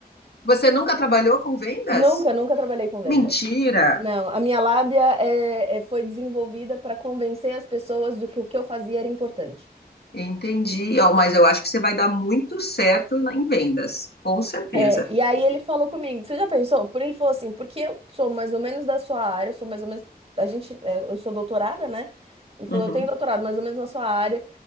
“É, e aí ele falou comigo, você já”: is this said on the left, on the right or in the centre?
Right